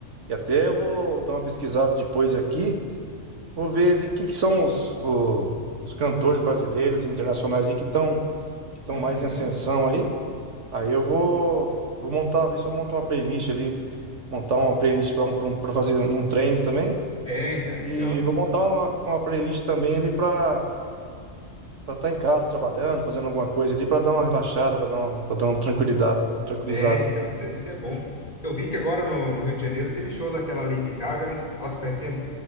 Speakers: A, on the right (about 65°); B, on the left (about 30°).
A: E até eu vou dar uma pesquisada depois aqui, vou ver de quem que são os, o- os cantores brasileiros e internacionais aí que estão que estão
B: Uhum.
A: mais em ascensão aí. Aí eu vou, vou montar, ver se eu monto uma playlist ali, montar uma playlist para um, pra um- pra fazer um um treino também.
B: É, então, é
A: E
B: legal.
A: vou montar uma, uma playlist também ali para para estar tá em casa, trabalhando, fazendo alguma coisa ali, para dar uma relaxada, para dar uma, pra dar uma tranquilidade, tranquilizado.
B: É, então, isso, é- isso é bom. Eu vi que agora no, no Rio de Janeiro teve show daquela Lady Gaga, né? Nossa, parecia